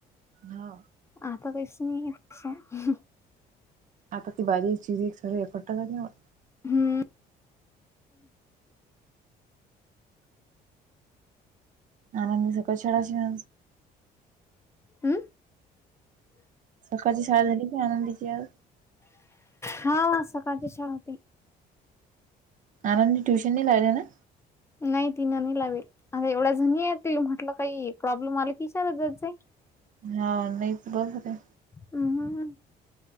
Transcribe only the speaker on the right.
हा.
आता ती बारीक चिरी एक सगळे एक खट काही नाही होत.
आणि मी सकाळ शछडाश <inaudible> ना
सकाळची शाळा झाली की आनंदचीे आज.
आनंदी ट्यूशन नाही लावेल ना?
हा नाहीच बस होते.